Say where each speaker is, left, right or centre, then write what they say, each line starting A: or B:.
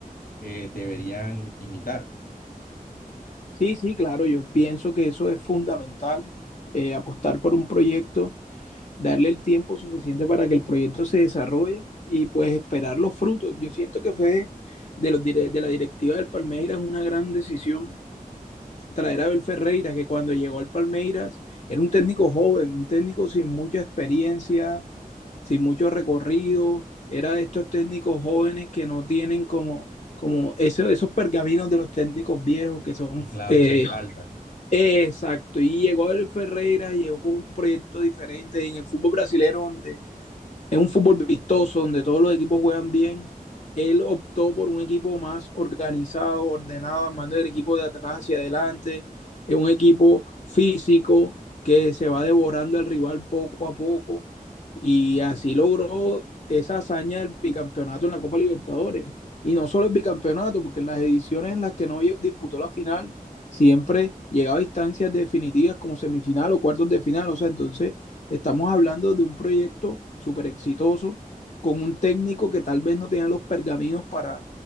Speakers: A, on the left (about 80°); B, on the left (about 50°).
A: eh, deberían imitar.
B: Sí, sí, claro, yo pienso que eso es fundamental, eh, apostar por un proyecto darle el tiempo suficiente para que el proyecto se desarrolle y pues esperar los frutos. Yo siento que fue de, los, de la directiva del Palmeiras una gran decisión traer a Abel Ferreira, que cuando llegó al Palmeiras era un técnico joven, un técnico sin mucha experiencia, sin mucho recorrido, era de estos técnicos jóvenes que no tienen como, como eso- esos pergaminos de los técnicos viejos que son...
A: Y claro,
B: eh,
A: esa espalda.
B: Claro. Exacto, y llegó el Ferreira, llegó con un proyecto diferente en el fútbol brasileño, donde es un fútbol vistoso donde todos los equipos juegan bien. Él optó por un equipo más organizado, ordenado, armando el equipo de atrás hacia adelante. Es un equipo físico que se va devorando al rival poco a poco. Y así logró esa hazaña del bicampeonato en la Copa Libertadores. Y no solo el bicampeonato, porque en las ediciones en las que no disputó la final, siempre llegaba a instancias definitivas como semifinal o cuartos de final. O sea, entonces Estamos hablando de un proyecto súper exitoso con un técnico que tal vez no tenía los pergaminos para,